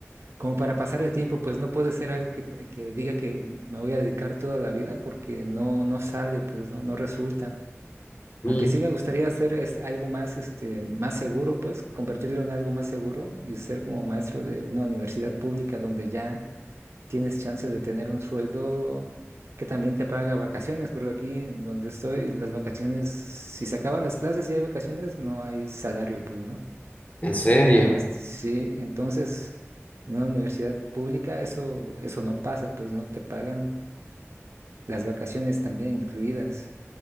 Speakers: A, on the right (about 65°); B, on the left (about 30°).
A: como para pasar el tiempo, pues no puede ser algo que, que diga que me voy a dedicar toda la vida porque no, no sale, pues no, no resulta.
B: Mm,
A: Aunque sí me gustaría hacer es, algo más, este, más seguro, pues convertirlo en algo más seguro y ser como maestro de una universidad pública donde ya tienes chance de tener un sueldo que también te paga vacaciones, porque aquí donde estoy, las vacaciones, si se acaban las clases y hay vacaciones, no hay salario, pues, ¿no?
B: En serio.
A: Nada más, sí, entonces en una universidad pública eso, eso no pasa, pues no te pagan las vacaciones también incluidas.